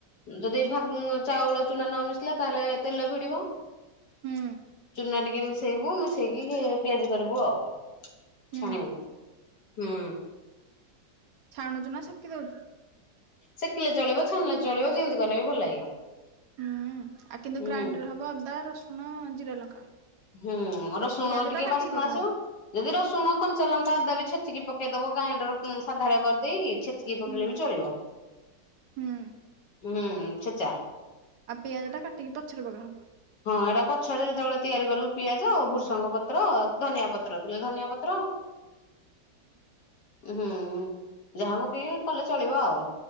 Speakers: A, on the left; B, on the right.
A: ଯଦି <unintelligible> ଚାଉଳ ଚୁନା ନ ମିଶିଲା ତାହେଲେ ତେଲ ଭିଡିବ।
B: ହୁଁ
A: ଚୁନା ଟିକେ ମିସେଇବୁ ମିସେଇକି ପିଆଜି କରିବୁ ଆଉ।
B: ହୁଁ
A: ଛାଣିବୁ ହୁଁ।
B: ଛାଣୁଛୁ ନା ସେକି ଦଉଛୁ?
A: ଶେଖିଲେ ଚଳିବ ଛାଣିଲେ ଚଳିବ ଯେମିତି କଲେ ବି ଭଲ ଲାଗିବ।
B: ହୁଁ ଆଉ କିନ୍ତୁ
A: ହୁଁ
B: ଗ୍ରାଇଣ୍ଡର ହବ ଅଦା ରସୁଣ ଜିରା ଲଙ୍କା।
A: ହୁଁ ରସୁଣ
B: ପିଆଜ
A: ଟିକେ
B: ଟା କାଟିକି
A: ବାସ୍ନା
B: ପକାହବ।
A: ଆସିବ ଯଦି ରସୁଣ କଞ୍ଚାଲଙ୍କା ଅଦା ବି ଛେଚିକି ପକେ କେଇଦବ ଗ୍ରାଇଣ୍ଡର ସାଧାରେ କରିଦେଇକି ଛେଚକି
B: ହୁଁ
A: ପକେଇଲେ ବି ଚଳିବ
B: ହୁଁ
A: ହୁଁ ଛେଚା।
B: ଆଉ ପିଆଜ ଟା କାଟିକି ପଛରେ ପକା ହବ।
A: ହଁ ଏରା ପଛରେ ଯେତେବେଳେ ତିଆରି କରିବୁ ପିଆଜ ଭୃସଙ୍ଗ ପତ୍ର ଧନିଆ ପତ୍ର ଦେଲେ ଧନିଆ ପତ୍ର
B: ହୁଁ।
A: ହୁଁ ଯାହା ପକ କଲେ ଚଳିବ ଆଉ।